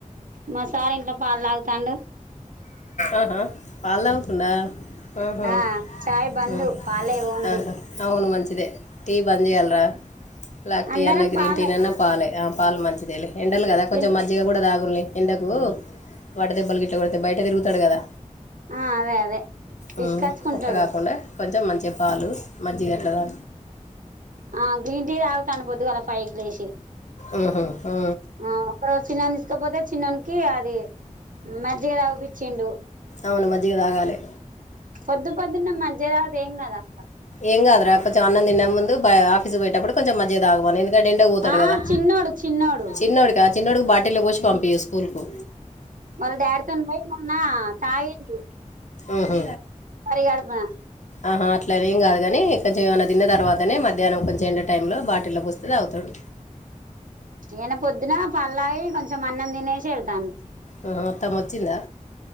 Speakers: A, on the right (about 80°); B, on the left (about 65°).
A: మా సార్ ఇంట్లో పాలు తాగుతాండు
B: ఆహా పాలు తాగుతుండా ఊహూ
A: ఆ చాయ్ బందు
B: ఊ
A: పాలే ఓన్లీ
B: ఆహా అవును మంచిదే టీ బంద్ చేయాల్రా బ్లాక్
A: అందరం
B: టీ అన్నా గ్రీన్
A: పాలే
B: టీననా పాలే ఆ పాలు మంచిదే లే ఎండలు కదా
A: తిన్
B: కొంచెం మజ్జిగ కూడా తాగున్లే ఎండకు వాటదెబ్బలు గిట్లా కొడితే బయట తిరుగుతాడు గదా
A: ఆ అదే అదే తీసుకచ్చుకుంటాడు
B: ఊ కొట్టగాకుండా కొంచెం మంచిగా పాలు మజ్జగ ఎట్లా దా
A: ఆ గ్రీన్ టీ తాగుతాండు పద్దుగాల ఫైవ్ కి లేషి
B: ఊహూ ఊ
A: ఆ ఒక రోజు చిన్నాను తీస్కపోతే చిన్నోనికి అది మజ్జిగ తాగుపిచ్చిండు
B: అవును మజ్జిగ తాగాలె
A: పొద్దు పొద్దున్నే మజ్జిగ తాగితే ఏం గదా
B: ఏం కాదురా కొంచం అన్నం తినే ముందు బై ఆఫీసుకు పొయ్యేటప్పుడు కొంచం మజ్జిగ తాగవును ఎందుకంటే ఎం టకు పోతాడు
A: ఆ
B: కదా
A: ఆ చిన్నోడు చిన్నోడు
B: చిన్నోడికా చిన్నోడుకి బాటిల్లో పోసి పంపీయు స్కూల్ కు
A: మళ్ళ దాడితోని పోయి మొన్న తాగిండు
B: ఆహ
A: పరగడపున
B: ఆహ అట్లనేంకాదు కానీ కొంచెం ఏమన్నా తిన్న తర్వాతనే మధ్యాహ్నం కొంచెం ఎండ టైంలో బాటిల్లో పోస్తే తాగుతాడు
A: ఈయన పొద్దున పల్లాయి కొంచెం అన్నం తినేసి వెళ్తాను
B: ఆ మొత్తం వచ్చిందా